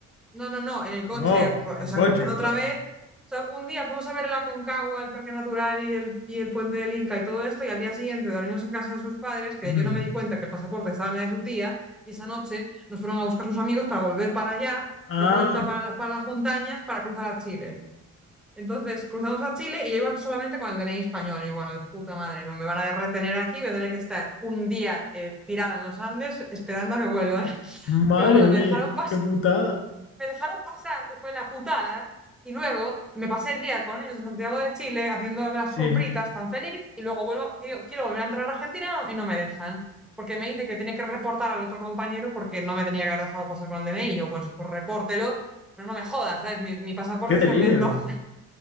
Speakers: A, in the centre; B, on the left.
A: No, no, no, en el coche,
B: No,
A: pa-
B: en
A: o sea,
B: coche,
A: cruzando otra
B: claro.
A: vez. O sea, un día fuimos a ver el Aconcagua, el Parque Natural y el, y el Puente del Inca y todo esto, y al día siguiente dormimos en casa de sus padres,
B: <clears throat>
A: que yo no me di
B: Mm.
A: cuenta que el pasaporte estaba en la de su tía, y esa noche nos fueron a buscar sus amigos para volver para allá,
B: Ah,
A: de vuelta para, la para las montañas, para cruzar a Chile. Entonces cruzamos a Chile y yo iba solamente con el DNI español. Y bueno, de puta madre, no me van a retener aquí, voy a tener que estar un día eh, tirada en los Andes esperando a que vuelvan. <laughs>
B: madre
A: Pero bueno,
B: mía,
A: me dejaron, pas
B: qué putada.
A: me dejaron pasar, que fue la putada. Y luego me pasé el día con ellos en Santiago de Chile haciendo las
B: Sí,
A: compritas
B: eh,
A: tan feliz. Y luego vuelvo, quiero, quiero volver a entrar a Argentina no- y no me dejan. Porque me dice que tiene que reportar al otro compañero porque no me tenía que haber dejado pasar con el DNI. Y yo, bueno, pues repórtelo, pero no me jodas, ¿sabes? Mi, mi pasaporte
B: qué
A: está
B: delirio.
A: en Mendoza.